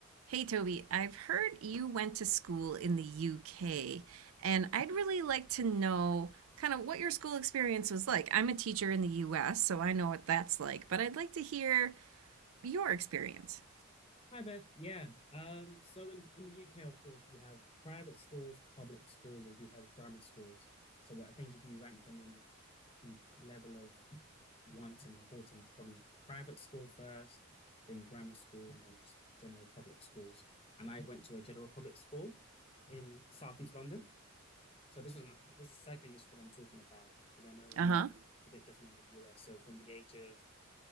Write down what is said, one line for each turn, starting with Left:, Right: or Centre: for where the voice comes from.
Right: Hey Toby, I've heard you went to school in the UK, and I'd really like to know kind of what your school experience was like. I'm a teacher in the US, so I know what that's like, but I'd like to hear your experience.
Left: Hi Beth. Yeah. Um, so in, in the UK, of course, we have private schools, public schools, and we have grammar schools. So I think if you rank them in, in level of wants and importance, probably private school first, then grammar school, and then just general public schools. And I went to a general public school in Southeast London. So this was my this is secondary school I'm talking about because I know
Right: Uh-huh.
Left: it's a bit different in the US. So from the age of